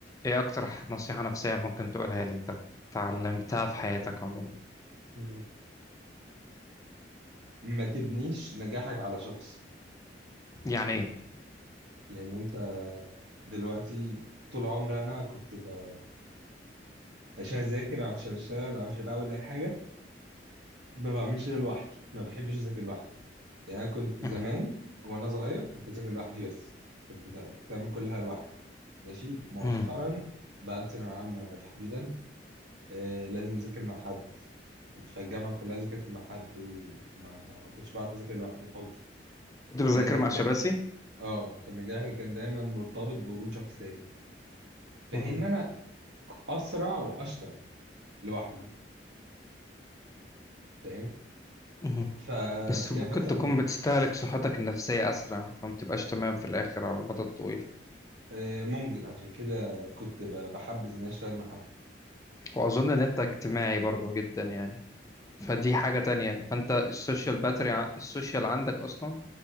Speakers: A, on the left (about 20°); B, on the right (about 70°).
A: ايه اكتر ح- نصيحة نفسية ممكن تقولها لي انت اتعلمتها في حياتك عموما
B: مم. ما تبنيش نجاحك على شخص
A: يعني ايه
B: يعني انت دلوقتي طول عمري انا كنت ب... عشان اذاكر او عشان اشتغل او عشان اعمل اي حاجه ما بعملش ده لوحدي ما بحبش اذاكر لوحدي يعني انا كنت
A: مهم.
B: زمان وانا صغير كنت اذاكر لوحدي بس كنت ذا- كنت بعمل كل حاجه لوحدي ماشي مؤخرا
A: مهم.
B: بعد ثانويه عامه تحديدا آه لازم اذاكر مع حد كنت في الجامعه كلها ذاكرت مع حد وما ما ما كنتش بعرف اذاكر لوحدي خالص
A: كنت بذاكر
B: أنا نجاحي
A: مع
B: كان
A: شباسي
B: اه فنجاحي كان دايما مرتبط بوجود شخصين في
A: مهم.
B: حين ان انا اسرع واشطر لوحدي فاهم
A: مهم.
B: ف
A: بس
B: يعني
A: ممكن
B: مثلا
A: تكون بتستهلك صحتك النفسية أسرع فما بتبقاش تمام في الآخر على المدى الطويل
B: آه، ممكن عشان كده كنت ب- بحبذ ان أنا اشتغل مع حد
A: وأظن إن أنت اجتماعي برضو جدا يعني فدي حاجة تانية فأنت السوشيال باتري ع- السوشيال عندك أصلا